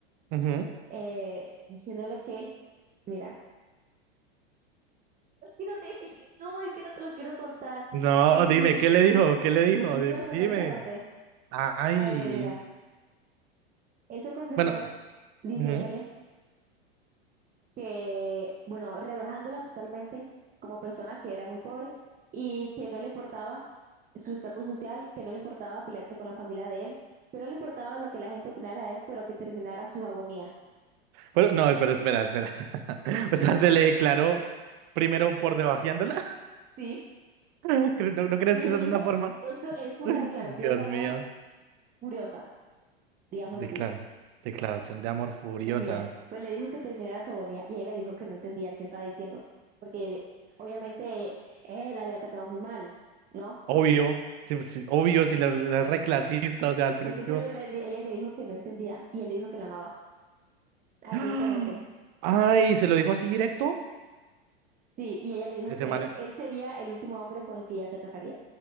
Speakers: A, on the right (about 50°); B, on the right (about 25°).
A: Ujú.
B: eh, diciéndole que, mira, <laughs> es que no te, no, es que no te lo quiero contar.
A: No,
B: En
A: dime,
B: fin,
A: ¿qué le dijo? ¿Qué le dijo? Di-
B: te voy a contar
A: dime.
B: esa parte.
A: Ay.
B: A ver, mira, él se confesó
A: Bueno,
B: diciéndole
A: ujú.
B: que, bueno, rebajándola totalmente como persona que era muy pobre y que no le importaba su estatus social, que no le importaba pelearse con la familia de él, que no le importaba lo que la gente opinara de él, pero que terminara su agonía,
A: Pero no, espera, espera, espera. <laughs> O sea, se le declaró primero por debajeándola.
B: ¿sí?
A: <laughs> ¿No, no crees
B: Y
A: que
B: le
A: esa
B: dijo,
A: es una forma?
B: eso
A: <laughs>
B: es una
A: Dios
B: declaración de amor
A: mío.
B: furiosa, digámoslo
A: Declara-
B: así.
A: declaración de amor furiosa.
B: Eh, Mira, pues le dijo que terminara su agonía y ella le dijo que no entendía qué estaba diciendo, porque él- obviamente él la había tratado muy mal, ¿no?
A: Obvio, sí, sí, obvio, si la es reclasista, o sea, al principio.
B: Entonces le- le- le- ella le dijo que no entendía y él le dijo que la amaba ardientemente.
A: ¡Ah! ¡Ay! ¿Se lo dijo así directo?
B: Sí, y ella le dijo
A: Ese
B: que
A: man.
B: él sería el último hombre con el que ella se casaría.